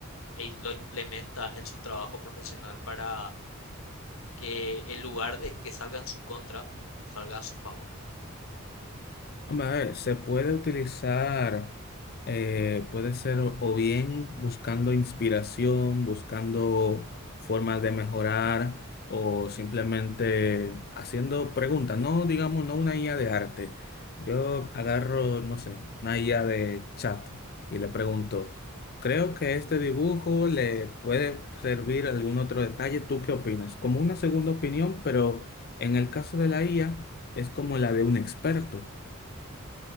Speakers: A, on the left; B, on the left.
A: y lo implementa en su trabajo profesional para que en lugar de que salga en su contra, salga a su favor?
B: Hombre, a ver, se puede utilizar, eh, puede ser o o bien buscando inspiración, buscando formas de mejorar o simplemente haciendo preguntas, no digamos, no una IA de arte. Yo agarro, no sé, una IA de chat y le pregunto, creo que este dibujo le puede servir algún otro detalle, ¿tú qué opinas? Como una segunda opinión, pero en el caso de la IA es como la de un experto.